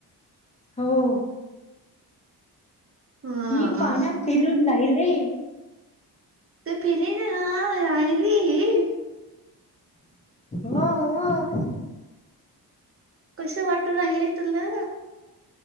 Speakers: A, on the left; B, on the right.
A: हो.
B: हा
A: मी पाण्यात फिलून राहिले.
B: तू फिरून अं राहिली?
A: हो. हो
B: कसं वाटू राहिलय तुला?